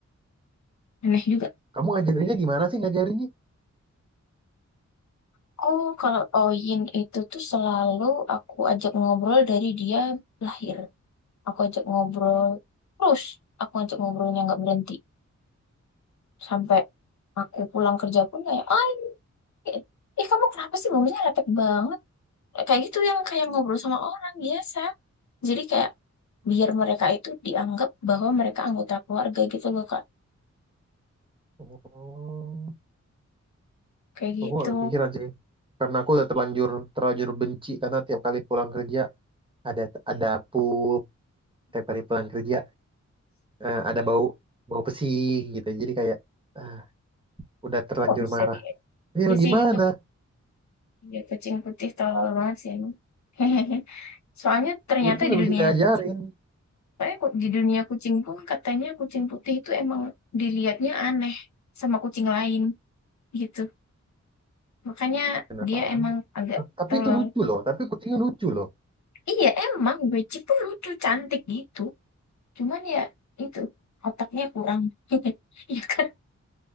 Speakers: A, on the left; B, on the right.
A: Aneh juga.
B: Kamu ngajarinnya gimana sih ngajarinnya?
A: Oh, kalau Oyin itu tuh selalu aku ajak ngobrol dari dia lahir. Aku ajak ngobrol terus. Aku ajak ngobrolnya nggak berhenti. Sampai aku pulang kerja pun kayak, eh, eh, kamu kenapa sih bumbunya lepek banget? Kayak gitu yang kayak ngobrol sama orang biasa. Jadi kayak biar mereka itu dianggap bahwa mereka anggota keluarga gitu loh, Kak.
B: Oh,
A: Kayak
B: aku
A: gitu.
B: gak kepikiran sih. Karena aku udah terlanjur terlanjur benci karena tiap kali pulang kerja ada ada pup, tiap kali pulang kerja eh, ada bau bau pesing gitu. Jadi kayak ah, udah terlanjur
A: Oh, bisa
B: marah.
A: dia.
B: Ini
A: Ya
B: mau
A: sih
B: gimana?
A: itu ya, kucing putih tolol banget sih emang. <laughs> Soalnya ternyata
B: Itu nggak
A: di
B: bisa
A: dunia
B: diajarin.
A: kucing, saya ku- di dunia kucing pun katanya kucing putih itu emang dilihatnya aneh sama kucing lain gitu. Makanya
B: Kenapa
A: dia emang
B: aneh?
A: agak
B: Nah, Tapi
A: tolol.
B: itu lucu loh. Tapi kucingnya lucu loh.
A: Iya, emang Wecik tuh lucu, cantik gitu. Cuman ya itu, otaknya kurang. <laughs> Iya kan?